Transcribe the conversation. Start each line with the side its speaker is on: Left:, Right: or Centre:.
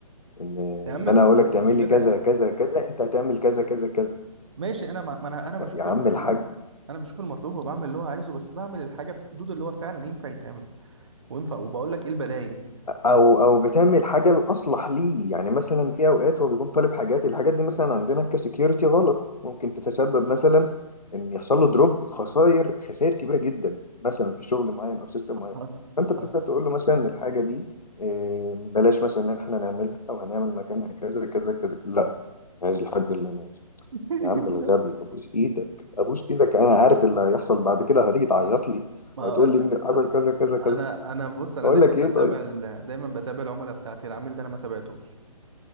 Left: ان
Right: يا عم
Left: ان
Right: ما
Left: انا اقول
Right: عنديش
Left: لك تعمل
Right: مشكله
Left: لي كذا كذا كذا انت هتعمل كذا كذا كذا
Right: ماشي انا مع- ما انا انا بشوف
Left: يا يا عم
Right: المطلوب
Left: الحاج
Right: انا بشوف المطلوب وبعمل اللي هو عايزه بس بعمل الحاجه في حدود اللي هو فعلا ينفع يتعمل وينفع وبقول لك ايه البدايل
Left: او
Right: فال-
Left: او بتعمل حاجه الاصلح ليه يعني مثلا في اوقات هو بيكون طالب حاجات الحاجات دي مثلا عندنا كسكيورتي غلط ممكن تتسبب مثلا ان يحصل له دروب خسائر خسائر كبيره جدا مثلا في شغل معين او سيستم معين
Right: حصل
Left: فانت بتبدا
Right: حصل
Left: تقول له مثلا إن الحاجه دي آه، بلاش مثلا ان احنا نعملها او هنعمل مكانها كذا كذا كذا لا عايز الحاجه اللي انا عايزها
Right: <laughs>
Left: يا عم الغبي ابوس ايدك ابوس ايدك انا عارف اللي هيحصل بعد كده هتيجي تعيط لي
Right: ما
Left: وهتقول
Right: اقول
Left: لي ان
Right: لك
Left: حصل كذا كذا كذا
Right: انا انا بص انا
Left: اقول
Right: دايما
Left: لك
Right: بتابع
Left: ايه طيب
Right: ال... دايما بتابع العملاء بتاعتي العميل ده انا ما تابعتوش